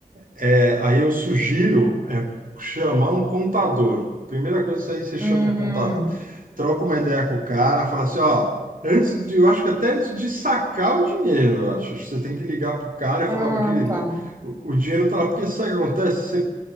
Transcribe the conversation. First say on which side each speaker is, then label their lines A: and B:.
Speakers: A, on the right; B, on the right.
A: É, aí eu sugiro é, chamar um contador. Primeira coisa, isso aí você chama
B: Hum.
A: o contador, troca uma ideia com o cara, fala assim, ó, antes de, eu acho que até antes de sacar o dinheiro, eu acho, acho que você tem que ligar pro cara e
B: Ah,
A: falar, "Ó, meu querido,
B: tá.
A: o, o dinheiro tá lá, porque sabe o que acontece? Você,